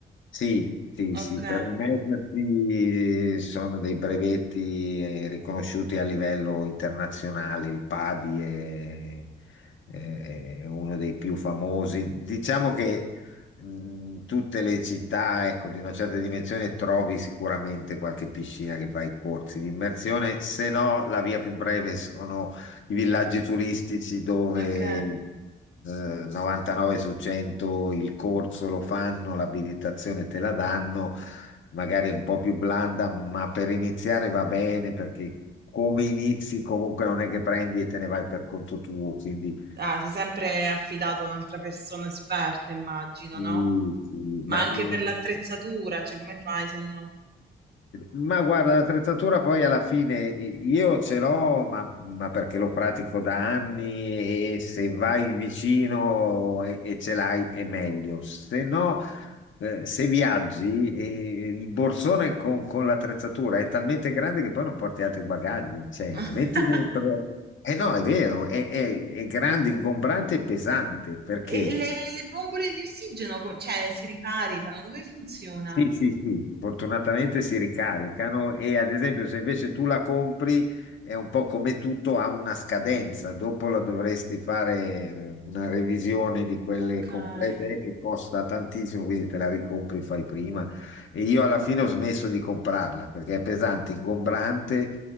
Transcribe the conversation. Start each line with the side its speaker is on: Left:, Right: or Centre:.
Left: Sì, sì, sì,
Right: Ok,
Left: per immergersi sono dei brevetti eh, riconosciuti a livello internazionale, il PADI è, è- è uno dei più famosi. Diciamo che mh, tutte le città, ecco, di una certa dimensione trovi sicuramente qualche piscina che fa i corsi di immersione, se no la via più breve <laughs> i villaggi turistici dove
Right: ok.
Left: eh, 99 su 100 il corso lo fanno, l'abilitazione te la danno, magari è un po' più blanda, ma per iniziare va bene perché come inizi comunque non è che prendi e te ne vai per conto tuo, quindi
Right: Ah, sei sempre affidato a un'altra persona esperta, immagino,
Left: mm,
Right: no?
Left: sì,
Right: Ma
Left: ma
Right: anche
Left: mm,
Right: per l'attrezzatura, cioè come fai se no?
Left: Ma guarda, l'attrezzatura poi alla fine i- io ce l'ho, ma, ma perché lo pratico da anni e se vai vicino e, e ce l'hai è meglio. Se no, eh, se viaggi, eh, il borsone con, con l'attrezzatura è talmente grande che poi non porti altri bagagli. Cioè,
Right: <laughs>
Left: metti dentro... Eh no, è vero, è, è- è grande, ingombrante e pesante perché
Right: E le le bombole di ossigeno co cioè si ricaricano? Come funziona?
Left: Sì, sì, sì, fortunatamente si ricaricano e ad esempio se invece tu la compri è un po' come tutto, ha una scadenza, dopo la dovresti fare eh, una revisione di quelle
Right: Okay.
Left: complete che costa tantissimo, quindi te la ricompri e fai prima. E io alla fine ho smesso di comprarla perché è pesante, ingombrante.